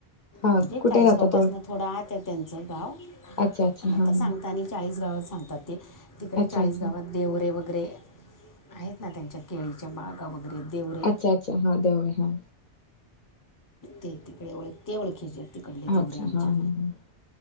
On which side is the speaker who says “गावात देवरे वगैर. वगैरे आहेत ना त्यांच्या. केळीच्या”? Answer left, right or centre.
Left